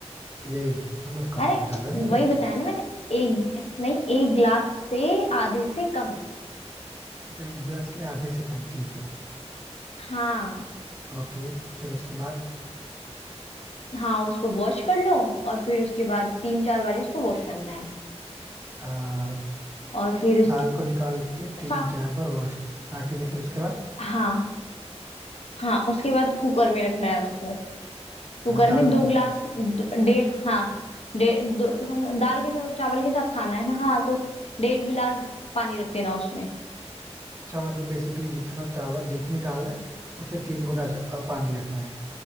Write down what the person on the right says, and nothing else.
ये मतलब कम
ज्यादा नहीं हो
जाएगा
अच्छा एक गिलास के आधे से कम ठीक है
ओके फिर उसके बाद
आ,
दाल को निकाल के तीन
चार बार वॉश हाँ ठीक है फिर उसके बाद
हाँ दाल
को
अच्छा मतलब बेसिकली जितना चावल जितनी दाल है उससे तीन गुना च- अ, पानी रखना है